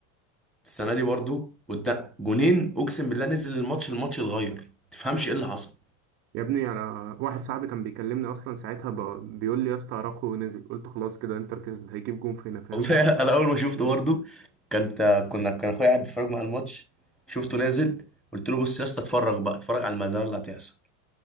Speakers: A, in the centre; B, on the right.
A: السنه دي برضو قدام جونين اقسم بالله نزل الماتش الماتش اتغير تفهمش ايه اللي حصل
B: يا ابني أنا واحد صاحبي كان بيكلمني أصلا ساعتها ب- بيقول لي يا اسطى أراخو نزل قلت خلاص كده إنتر كسبت هيجيب جون فينا فاهم
A: والله <laughs> انا اول ما شفته
B: يا
A: برضه كنت كنا كان اخويا قاعد بيتفرج مع الماتش شفته نازل قلت له بص يا اسطى اتفرج بقى اتفرج على المزارع اللي هتحصل